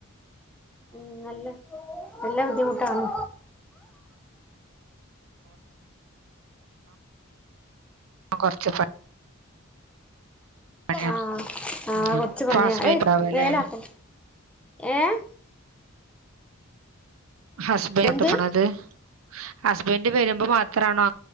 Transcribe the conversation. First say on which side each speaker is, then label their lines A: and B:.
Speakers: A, in the centre; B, on the right (about 75°).
A: ഉം നല്ല നല്ല ബുദ്ധിമുട്ടാണ്
B: കുറച്ച് <unintelligible> പണിയാണ്
A: ആഹ് ആഹ്
B: ഉം
A: കൊർച്ച്
B: അപ്പൊ
A: പണിയാ
B: ഹസ്ബൻഡ്
A: ഏയ്
B: ഉണ്ടാവുംല്ലേ
A: മേലാക്കും ഏഹ്?
B: ഹസ്ബൻഡ്
A: എന്ത്
B: ഇട്ടക്കണത് ഹസ്ബൻഡ് വരുമ്പോ മാത്രവാണോ